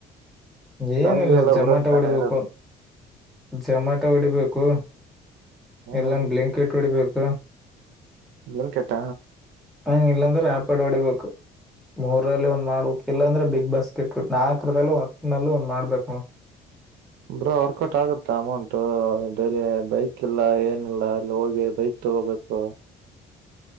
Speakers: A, in the centre; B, on the right.
A: ಏನಿಲ್ಲ
B: ಫ್ಯಾಮಿಲಿ ಎಲ್ಲ
A: ಜಮಾಟೋ
B: ಊರಲ್ಲಿ ತಾನೇ
A: ಹೊಡಿಬೇಕು
B: ಇರೋದು
A: ಜಮಾಟೋ ಹೊಡಿಬೇಕು.
B: ಹ್ಮ್
A: ಎಲ್ಲಂದ ಬ್ಲಯಾಂಕೆಟ್ ಹೊಡಿಬೇಕು
B: ಬ್ಲಿಂಕೆಟ್
A: ಹಂಗ ಇಲ್ಲಾಂದ್ರೆ ಆಪೆಡ್ ಹೊಡಿಬೇಕು ಮೂರಲ್ಲಿ ಒಂದ್ ಮಾಡ್ಬೇಕು ಇಲ್ಲಾಂದ್ರೆ ಬಿಗ್ ಬಾಸ್ ಕಟ್ಟ್ ನಾಲ್ಕರಲ್ಲೂ ಹೊತ್ತ ನಲ್ಲೂ ಒಂದ್ ಮಾಡ್ಬೇಕು ಹಾ
B: ಬ್ರಾ ವರ್ಕೌಟ್ ಆಗುತ್ತಾ ಅಮೌಂಟ್ ಅಲ್ಲಿ ಬೈಕ್ ಇಲ್ಲ ಏನಿಲ್ಲ ಅಲ್ಲಿ ಹೋಗಿ ಬೈಕ್ ತಗೋಬೇಕು